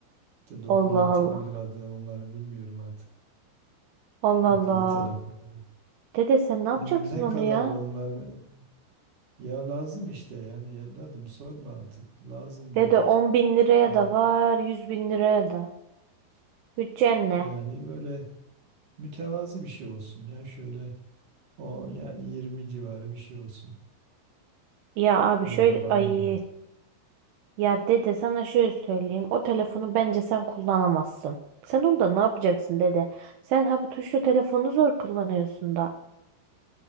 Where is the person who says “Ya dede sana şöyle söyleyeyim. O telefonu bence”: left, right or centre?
Right